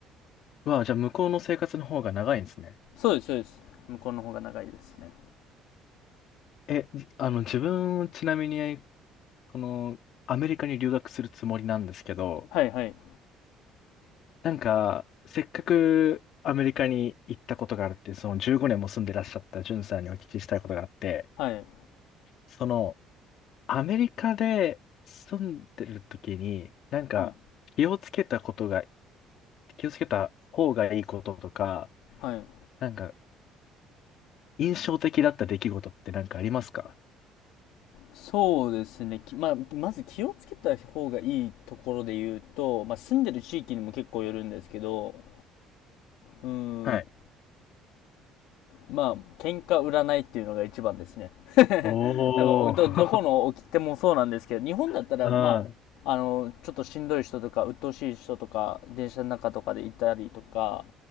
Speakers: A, on the left (about 55°); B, on the left (about 85°).
A: ー、わあ、じゃあ向こうの生活の方が長いんですね。
B: そうです、そうです。向こうの方が長いですね。
A: え、じあの、自分、ちなみに、この、アメリカに留学するつもりなんですけど、
B: はいはい。
A: なんか、せっかくアメリカに行ったことがあるって、その15年も住んでらっしゃったジュンさんにお聞きしたいことがあって、
B: はい。
A: その、アメリカで住んでる時に、なんか、
B: はい。
A: 気をつけたことが、気をつけた方がいいこととか、
B: はい。
A: なんか、印象的だった出来事ってなんかありますか
B: そうですね、きまあ、まず気をつけた方がいいところで言うと、まあ、住んでる地域にも結構よるんですけど、うーん、
A: はい。
B: まあ、喧嘩売らないっていうのが一番ですね。
A: おー。
B: 多分おど、どこの起きてもそうなんですけど、日本だったら、
A: <laughs> うん。
B: まあ、あの、ちょっとしんどい人とか、鬱陶しい人とか、電車の中とかでいたりとか、